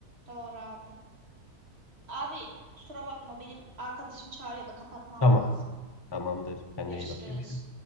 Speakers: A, on the right; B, on the left.
A: Doğru abi. Abi kusura bakma benim arkadaşım çağırıyor da kapatmam
B: Tamam,
A: lazım.
B: tamamdır. Kendine
A: Görüşürüz.
B: iyi bak. Görüşürüz.